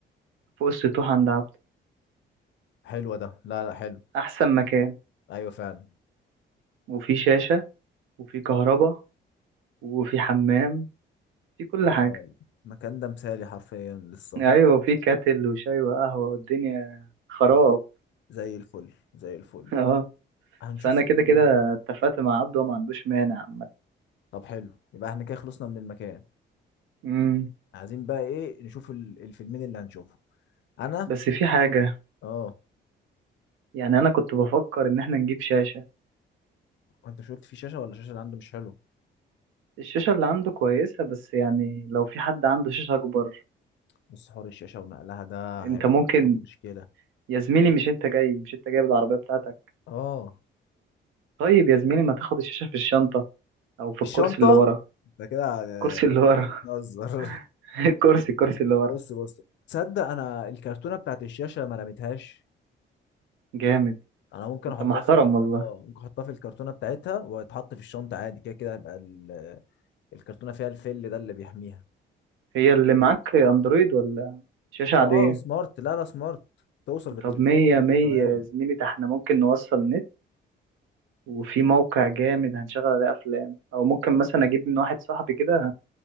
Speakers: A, on the right; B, on the left.
A: فوق السطوح عند عبده
B: حلوة ده لا لا حلو
A: احسن مكان
B: ايوه فعلا
A: وفي شاشه وفي كهرباء وفي حمام في كل
B: اه
A: حاجة
B: المكان ده مثالي حرفيا للسهر
A: أيوة وفي كاتل وشاي وقهوة والدنيا خراب
B: طيب، زي الفل زي الفل
A: <laughs> اه
B: هنشوف
A: فأنا
B: فيلم
A: كده كده
B: ايه بقى
A: اتفقت مع عبده وما عندوش مانع عامة
B: طب حلو يبقى احنا كده خلصنا من المكان
A: أمم،
B: عايزين بقى ايه نشوف ال- الفيلمين اللي هنشوفهم انا
A: بس في حاجة
B: اه
A: يعني أنا كنت بفكر إن احنا نجيب شاشة
B: انت مش قلت في شاشة ولا الشاشة اللي عنده مش حلو
A: الشاشة اللي عنده كويسة بس يعني لو في حد عنده شاشة أكبر
B: بس حوار الشاشة ونقلها ده هيبقى
A: أنت ممكن
B: مشكلة
A: يا زميلي مش أنت جاي مش أنت جايب العربية بتاعتك
B: اه
A: طيب يا زميلي ما تاخد الشاشة في الشنطة أو في
B: الشنطة
A: الكرسي اللي ورا <laughs>
B: انت كده
A: الكرسي اللي ورا
B: بتهزر <laughs>
A: <laughs> الكرسي الكرسي اللي ورا
B: بص بص تصدق انا الكرتونة بتاعت الشاشة ما رميتهاش
A: جامد
B: انا ممكن
A: أنت
B: احطها
A: محترم
B: في ال...
A: والله
B: اه ممكن احطها في الكرتونة بتاعتها وتتحط في الشنطة عادي كده كده هيبقى ال... الكرتونة فيها الفل ده اللي بيحميها
A: هي اللي معاك اندرويد ولا شاشة عادية
B: اه سمارت لا لا سمارت توصل بالتليفون
A: طب مية
B: وكله
A: مية
B: تمام
A: يا زميلي ده احنا ممكن نوصل نت وفي موقع جامد هنشغل عليه افلام او ممكن مثلا اجيب من واحد صاحبي كده